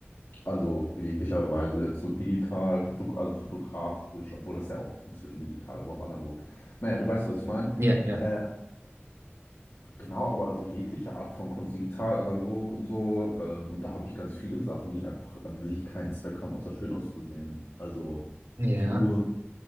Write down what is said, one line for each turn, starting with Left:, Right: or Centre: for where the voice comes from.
Left: also jeglicher Weise jetzt so digital, Foto, also fotografisch, obwohl das ja auch inzwischen digital, aber auch analog. Naja, du weißt, was ich meine.
Right: Ja, ja,
Left: Äh, Genau, aber also jegliche Art von Kunst, digital, analog und so. Ähm, und da habe ich ganz viele Sachen, die einfach an sich keinen Zweck haben, außer schön auszusehen. Also
Right: ja.
Left: Figuren,